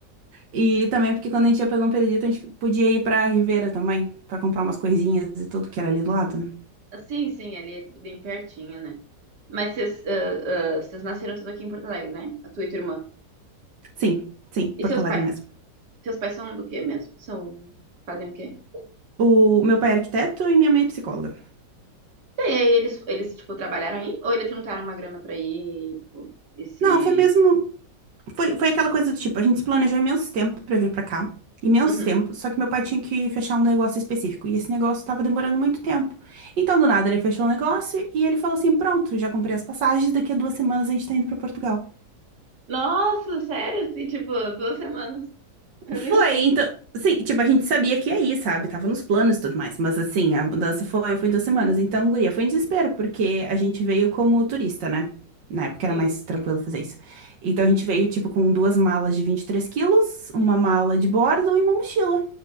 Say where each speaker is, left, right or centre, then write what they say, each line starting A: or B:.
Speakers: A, on the right; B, on the right.
A: e também porque quando a gente ia pra um Pedrito, a gente podia ir pra Ribeira também, pra comprar umas coisinhas e tudo que era ali do lado, né?
B: Sim, sim, ali é tudo bem pertinho, né? Mas vocês, ah, ah, vocês nasceram tudo aqui em Porto Alegre, né? A tua e tua irmã.
A: Sim, sim,
B: E
A: Porto
B: seus
A: Alegre
B: pais?
A: mesmo.
B: Seus pais são do quê mesmo? São, fazem o quê?
A: O meu pai é arquiteto e minha mãe é psicóloga.
B: E aí eles, eles, tipo, trabalharam aí? Ou eles juntaram uma grana pra ir, tipo, esse...
A: Não, foi mesmo. Foi, foi aquela coisa do tipo, a gente se planejou imenso tempo pra vir pra cá. Imenso
B: Uhum.
A: tempo. Só que meu pai tinha que fechar um negócio específico. E esse negócio tava demorando muito tempo. Então, do nada, ele fechou o negócio e ele falou assim: Pronto, já comprei as passagens. Daqui a duas semanas a gente tá indo pra Portugal.
B: Nossa, sério? Assim, tipo, duas semanas. Meu
A: Foi,
B: Deus.
A: então. Sim, tipo, a gente sabia que ia ir, sabe? Tava nos planos e tudo mais. Mas assim, a mudança foi, foi duas semanas. Então, guria, foi em desespero, porque a gente veio como turista, né? Na época
B: Sim.
A: era mais tranquilo fazer isso. Então a gente veio, tipo, com duas malas de 23 quilos, uma mala de bordo e uma mochila.